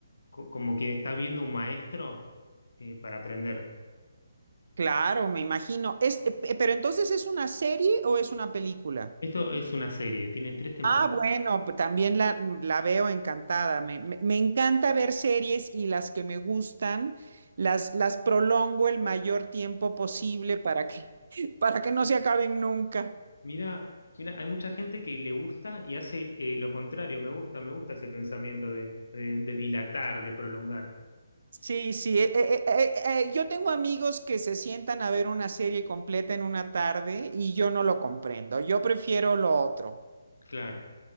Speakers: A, on the left; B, on the right.
A: co- como quien está viendo un maestro eh, para aprender.
B: Claro, me imagino. Es, eh, pe- pero entonces, ¿es una serie o es una película?
A: Esto es una serie, tiene tres temporadas.
B: Ah, bueno, p- también la, mm, la veo encantada. Me, me- me encanta ver series y las que me gustan, las, las prolongo el mayor tiempo posible para que, <laughs> para que no se acaben nunca.
A: Mira, mira, hay mucha gente que le gusta y hace eh, lo contrario. Me gusta, me gusta ese pensamiento de, de- de dilatar, de prolongar.
B: Sí, sí. eh, eh, eh, eh, eh, yo tengo amigos que se sientan a ver una serie completa en una tarde y yo no lo comprendo. Yo prefiero lo otro.
A: Claro.